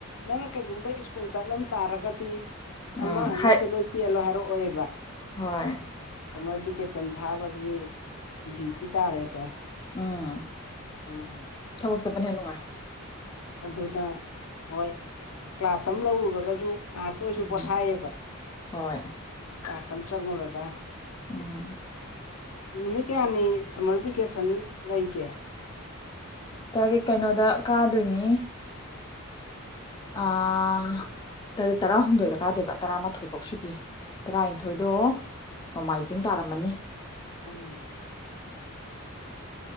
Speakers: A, on the left; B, on the left.
A: ꯅꯪꯅ ꯀꯩꯒꯨꯝꯕ ꯁ꯭ꯀꯨꯜ ꯆꯠꯂꯝ ꯇꯥꯔꯒꯗꯤ
B: ꯎꯝ
A: ꯑꯃ ꯑꯃꯗꯨ
B: ꯍꯥꯏ
A: ꯂꯣꯏ ꯆꯦꯜꯂꯣ ꯍꯥꯏꯔꯛꯑꯣꯕ
B: ꯍꯣꯏ
A: ꯁꯔꯄꯀꯦꯁꯟ ꯊꯥꯕꯒꯤ ꯖꯤꯄꯤ ꯇꯥꯔꯦꯅꯦ
B: ꯑꯥ
A: ꯎꯝ
B: ꯀꯣꯛ ꯆꯠꯕꯅ ꯍꯦ ꯅꯨꯡꯉꯥꯏ
A: ꯑꯗꯨꯅ ꯍꯣꯏ ꯀ꯭ꯂꯥꯁ ꯑꯃ ꯂꯧꯔꯨꯔꯒꯁꯨ ꯉꯍꯥꯛꯇꯣꯏꯁꯨ
B: ꯎꯝ
A: ꯄꯣꯊꯥꯏꯌꯦꯕ
B: ꯍꯣꯏ
A: ꯀꯥꯁꯝ ꯆꯪꯉꯨꯔꯒ
B: ꯎꯝ
A: ꯅꯨꯃꯤꯠ ꯀꯌꯥꯅꯤ ꯁꯝꯃꯔ ꯚꯤꯀꯦꯁꯟ ꯂꯩꯒꯦ
B: ꯇꯥꯔꯤꯛ ꯀꯩꯅꯣꯗ ꯀꯥꯗꯣꯏꯅꯤ ꯑꯥ ꯇꯛ ꯇꯔꯥꯍꯨꯝꯗꯣꯏꯗ ꯀꯥꯗꯣꯏꯕ ꯇꯔꯥꯃꯥꯊꯣꯏꯐꯧ ꯁꯨꯇꯤ ꯇꯔꯥꯅꯤꯊꯣꯏꯗꯣ ꯅꯣꯡꯃꯥꯏꯖꯤꯡ ꯇꯥꯔꯝꯃꯅꯤ
A: ꯎꯝ